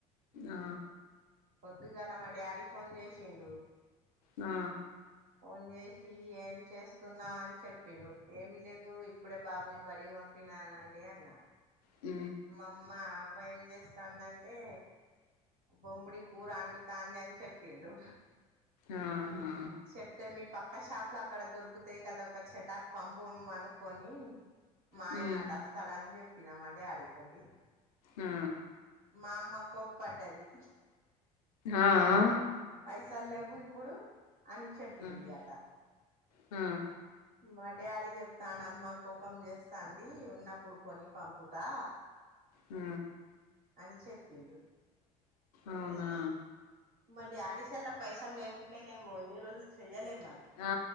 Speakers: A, on the left; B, on the right.
A: ఆ
B: పొద్దుగాల మా డాడీ ఫోన్ చేసిండు
A: ఆ
B: ఫోన్ చేసి ఏం చేస్తున్నా అని చెప్పిండు ఏం లేదు ఇప్పుడే బాబుని బడిగి తినాలండి అన్నా
A: ఆ
B: మా అమ్మ అమ్మ ఏం చేస్తందంటే బొమ్ముడి కూర అండుతాంది అని చెప్పిండు
A: ఆహా
B: చెప్తే మీ పక్క షాప్ లో అక్కడ దొరుకుతాయి కదా ఒక చెటాక్ పంపుమనుకొని మా
A: హ్మ్
B: ఆయన అటు వస్తామని చెప్పినం అదే అడిగితాది
A: ఆ
B: మా అమ్మ కోప్పడ్డది
A: ఆఆ
B: పైసలు లేవు ఇప్పుడు అని చెప్పింది
A: ఆ
B: అట
A: ఆ
B: మా డాడీ చెప్తాను అమ్మ కోపం చేస్తాంది ఉన్నప్పుడు కొని పంపుతా
A: ఆ
B: అని చెప్పిండు
A: అవునా
B: మా డాడీసల్ల పైసలు లేకుండేనేేము ఇన్ని రోజులు చెయ్యలే మరి
A: ఆ